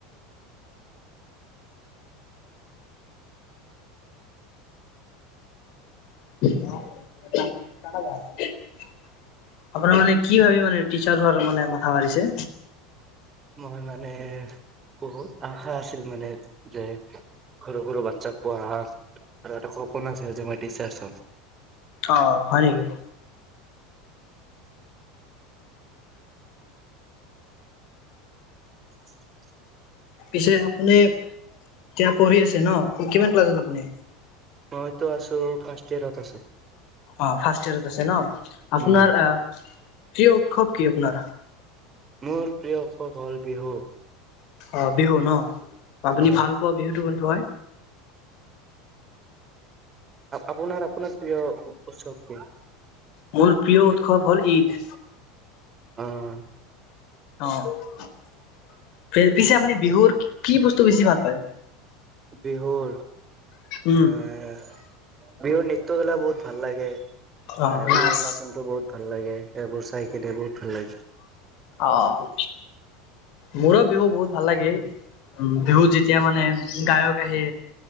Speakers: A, on the left; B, on the right.
A: <inaudible> আপোনাৰ মানে কি ভাৱি মানে টিচাৰ হোৱাৰ মানে মাথা মাৰিছে?
B: মই মানে। বহুত আশা আছিল মানে, যে সৰু সৰু বাচ্চাক পঢ়া। আৰু এটা সপোন আছে যে মই টিচাৰছ হম।
A: অঁহ হয় নেকি?
B: <inaudible>
A: পিছে আপুনি এতিয়া পঢ়ি আছে ন, কিমান ক্লাছত আপুনি?
B: মইটো আছো, ফাৰ্ষ্ট ইয়াৰত আছো।
A: অঁহ ফাৰ্ষ্ট ইয়াৰত আছে ন, আপোনাৰ
B: উম
A: আঁহ প্ৰিয় উৎসৱ কি আপোনাৰ।
B: মোৰ প্ৰিয় উৎসৱ হ'ল বিহু।
A: অঁহ বিহু ন, আপুনি
B: অ
A: ভাল পোৱা বিহুটো কোনটো হয়?
B: আপোনাৰ আপোনাৰ প্ৰিয় উৎসৱ কি?
A: মোৰ প্ৰিয় উৎসৱ হ'ল ঈদ।
B: অহঁ।
A: অহঁ, পি পিছে আপুনি বিহুৰ কি বস্তু বেছি ভাল পায়?
B: বিহুৰ
A: উম
B: এঁহ বিহুৰ নৃত্য বিলাক বহুত ভাল লাগে,
A: অ
B: আঁহ বিহু
A: নাচ
B: নাচনতো বহুত ভাল লাগে। এইবোৰ চাইকেনে বহুত ভাল লাগে।
A: অঁহ, মোৰো বিহু বহুত ভাল লাগে। উম বিহুত যেতিয়া মানে গায়ক আহে,